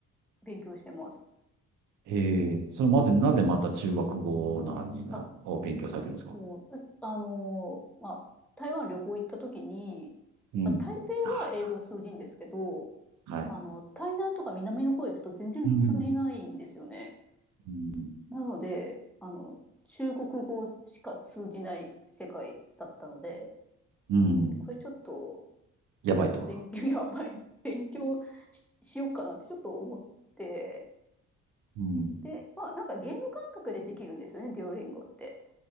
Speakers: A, in the centre; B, on the right.
A: 勉強してます。
B: ええ、それまず、
A: そう。
B: なぜまた中学語なんにな、
A: あ、
B: を勉強されてるんですか
A: もう、あのーまあ、台湾旅行行った時に、
B: うん。
A: まあ、台北は英語通じんですけど、
B: ああ、はい。
A: あの、台南とか南の方行くと全然通じないんですよね。
B: うん。うん。
A: なので、あの、中国語しか通じない世界だったので、
B: うん。
A: えこれちょっと
B: やばいと。
A: 勉強 <laughs> やばい。<laughs> 勉強し、しようかなってちょっと思って。
B: うん。
A: で、まあなんかゲーム感覚でできるんですよね、デュオリンゴって。